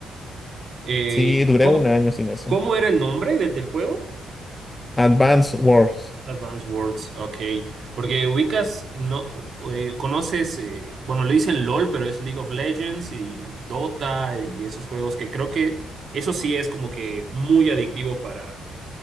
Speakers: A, on the right; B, on the left.
A: Eh,
B: Sí, duré
A: ¿cómo,
B: un año sin eso.
A: cómo era el nombre de- del juego?
B: Advance Wars.
A: Advance Wars, ok. Porque ubicas, no, eh, conoces, eh, bueno, le dicen LOL, pero es League of Legends y Dota y esos juegos que creo que eso sí es como que muy adictivo para,